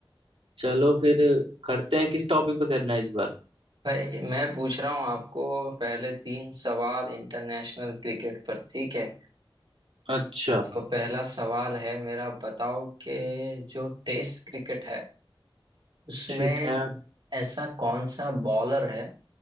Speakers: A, on the right (about 80°); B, on the right (about 55°).
A: चलो फिर करते हैं किस टॉपिक पे करना है इस बार
B: भाई मैं पूछ रहा हूँ आपको पहले तीन सवाल इंटरनेशनल क्रिकेट पर ठीक है
A: अच्छा
B: तो पहला सवाल है मेरा बताओ कि जो टेस्ट क्रिकेट है उसमें
A: ठीक है
B: ऐसा कौन सा बॉलर है